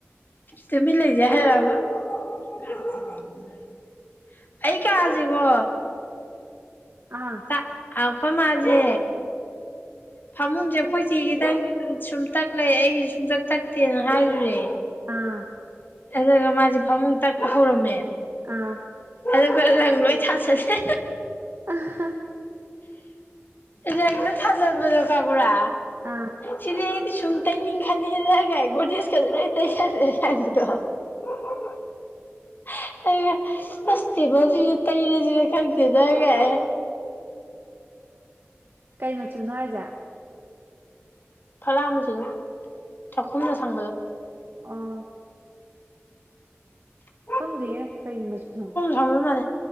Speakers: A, on the left; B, on the right.
A: ꯇꯨꯃꯤꯟ ꯂꯩꯖꯦ ꯍꯥꯏꯔꯕ <unintelligible> ꯑꯩ ꯀꯥꯖꯦꯕꯣ
B: ꯑꯥ
A: ꯑꯥ ꯑꯈꯣꯏ ꯃꯥꯖꯦ ꯐꯃꯨꯡꯁꯦ ꯑꯈꯣꯏ ꯆꯦ ꯒꯤꯗꯪ ꯁꯨꯝ ꯇꯛ ꯂꯩ ꯑꯩꯒꯤꯁꯦ ꯁꯨꯡꯇꯛ ꯇꯛꯇꯦꯅ ꯍꯥꯏꯔꯨꯔꯦ
B: ꯑꯥ
A: ꯑꯗꯨꯒ ꯃꯥꯁꯦ ꯐꯃꯨꯡ ꯇꯛꯄ ꯍꯧꯔꯝꯃꯦ
B: ꯑꯥ
A: ꯑꯗꯨꯒ ꯂꯪ ꯂꯣꯏ ꯊꯥ ꯆꯜꯂꯦ
B: <unintelligible>
A: ꯂꯪꯗꯣ ꯊꯥꯖꯤꯟꯕꯗꯣ ꯈꯪꯕꯔꯥ
B: ꯑꯥ
A: ꯁꯤꯗꯤ ꯑꯩꯗꯤ ꯁꯨꯝ ꯇꯩꯅꯤꯡꯈꯠꯂꯛꯑꯦꯗ ꯀꯥꯏ ꯒꯣꯗꯦꯁ ꯀꯥꯁꯦ ꯂꯣꯏ ꯇꯩꯁꯟ <unintelligible> ꯑꯩꯅ ꯕꯁꯇꯦꯕꯜꯁꯤꯁꯨ ꯇꯩꯔꯁꯤꯔ ꯈꯪꯗꯦꯗ ꯒꯥꯢꯅ
B: ꯀꯩ ꯃꯆꯨꯅꯣ ꯍꯥꯏꯖꯦ
A: ꯐꯥꯛꯂꯥꯡ ꯃꯆꯨꯗꯣ ꯆꯥꯛꯈꯨꯝꯗ ꯁꯪꯕꯗꯣ
B: ꯑꯥ
A: ꯍ <inaudible>
B: ꯈꯪꯗꯦꯌꯦ ꯀꯩ ꯃꯆꯨ ꯁꯪꯒꯦ
A: ꯀꯥꯎꯔꯤ ꯃꯥꯟꯂꯦ